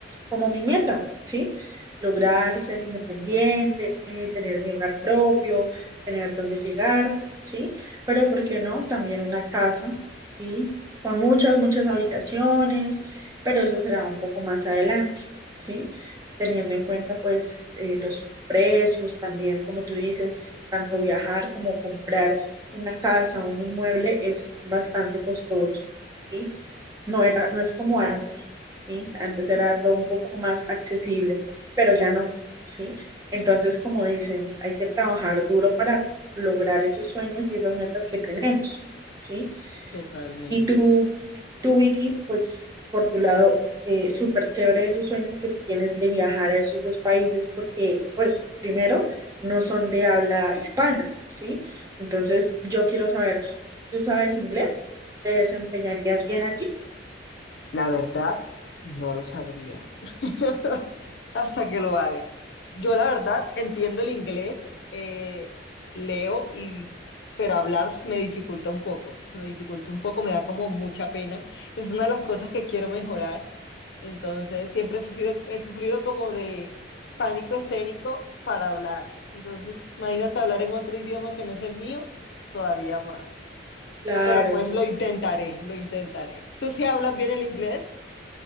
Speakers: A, on the right; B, on the left.
A: como mi meta, ¿sí? Lograr ser independiente, tener mi hogar propio, tener dónde llegar, ¿sí? Pero, ¿por qué no? También una casa, ¿sí? Con muchas, muchas habitaciones, pero eso será un poco más adelante, ¿sí? teniendo en cuenta pues eh, los precios también, como tú dices, tanto viajar como comprar una casa, un inmueble es bastante costoso, ¿sí? No era, no es como antes, ¿sí? Antes era todo un poco más accesible, pero ya no, ¿sí? Entonces, como dicen, hay que trabajar duro para lograr esos sueños y esas metas que tenemos, ¿sí?
B: Totalmente.
A: Y tú, tú, Vicky, pues por tu lado, eh, súper chévere esos sueños que tú tienes de viajar a esos dos países porque, pues, primero, no son de habla hispana, ¿sí? Entonces, yo quiero saber, ¿tú sabes inglés? ¿Te desempeñarías bien allí?
B: La verdad, no lo sabría <laughs> hasta que lo haga. Yo la verdad entiendo el inglés, eh, leo y pero hablar me dificulta un poco, se me dificulta un poco, me da como mucha pena. Es una de las cosas que quiero mejorar Entonces, siempre he sufrido, he sufrido como de pánico escénico para hablar. Entonces, imagínate hablar en otro idioma que no es el mío, todavía más.
A: Claro.
B: Pero pues lo intentaré, lo intentaré. ¿Tú sí hablas bien el inglés?